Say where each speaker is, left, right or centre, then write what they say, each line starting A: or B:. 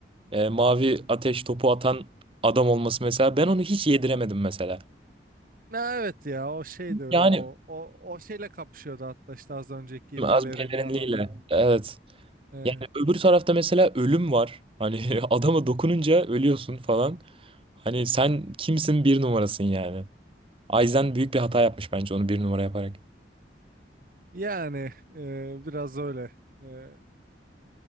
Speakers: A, on the right; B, on the right.
A: e, mavi ateş topu atan adam olması mesela ben onu hiç yediremedim mesela.
B: Ha, evet ya o şeydi o,
A: Yani
B: o o şeyle kapışıyordu hatta işte az önceki
A: az
B: pelerinli
A: pelerinliyle.
B: adamla.
A: Evet.
B: Ee,
A: Yani öbür tarafta mesela ölüm var. Hani <laughs> adama dokununca ölüyorsun falan. Hani sen kimsin bir numarasın yani. Aizen büyük bir hata yapmış bence onu bir numara yaparak.
B: yani e, biraz öyle. Ee,